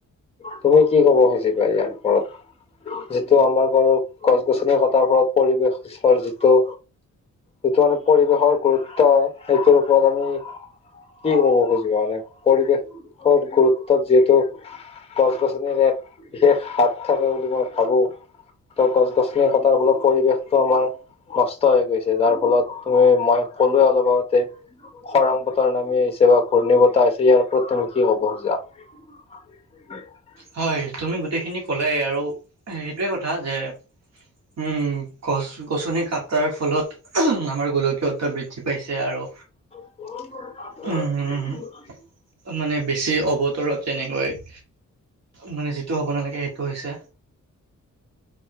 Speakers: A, on the left; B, on the right.
A: তুমি কি ক'ব খুজিবা, ইয়াৰ ওপৰত? যিটো আমাৰ ঘৰৰ গছ গছনি কটাৰ ফলত, পৰিৱেশৰ যিটো যিটো মানে পৰিৱেশৰ গুৰুত্ব, সেইটোৰ ওপৰত আমি কি ক'ব খুজিবা মানে, পৰিৱেশৰ গুৰুত্বত যিহেতু গছ গছনিৰ এক বিশেষ হাত থাকে বুলি, মই ভাবোঁ। ত' গছ গছনি কটাৰ ফলত, পৰিৱেশটো আমাৰ নষ্ট হৈ গৈছে। যাৰ ফলত, তুমি মই ক'লোৱে অলপ আগতে। খৰাং বতৰ নামি আহিছে, বা ঘূৰ্ণী বতাহ আহিছে। ইয়াৰ ওপৰত তুমি কি ক'ব খোজা? <inaudible>
B: হয়, তুমি গোটেইখিনি কলাই আৰু সেইটোৱে কথা যে উম, গছ গছনি কটাৰ ফলত, আমাৰ গোলকীয়তা বৃদ্ধি পাইছে আৰু
A: <inaudible>
B: উম মানে, বেছি অৱতৰত যেনেকৈ মানে, যিটো হ'ব নালাগে, সেইটো হৈছে।